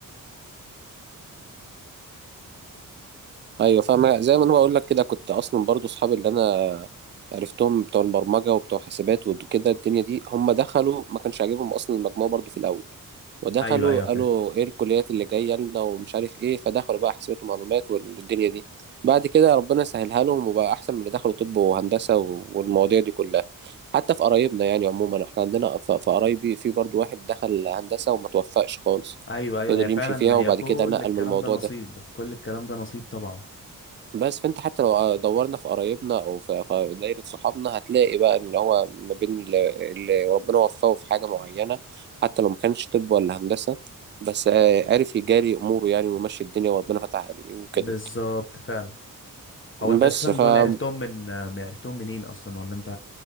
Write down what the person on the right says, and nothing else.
ايوه فاهم زي ما انا بقول لك كده كنت اصلا برضو اصحابي اللي انا عرفتهم بتوع البرمجه وبتوع حاسبات وكده الدنيا دي هم دخلوا ما كانش عاجبهم اصلا المجموع برضو في الاول ودخلوا
قالوا ايه الكليات اللي جايه لنا ومش عارف ايه فدخلوا بقى حاسبات ومعلومات والدنيا دي بعد كده ربنا سهلها لهم وبقى احسن من اللي دخلوا طب وهندسه و- والمواضيع دي كلها حتى في قرايبنا يعني عموما احنا عندنا ف- في قرايبي في برضو واحد دخل هندسه وما توفقش خالص
فضل
يمشي فيها
وبعد
كده نقل
من الموضوع
ده
بس فانت حتى لو دورنا في قرايبنا او في في دايره صحابنا هتلاقي بقى ان هو ما بين اللي اللي ربنا وفقه في حاجه معينه حتى لو ما كانش طب ولا هندسه بس آه، عارف يجاري اموره يعني ويمشي الدنيا وربنا فتح عليه وكده
بس
فدول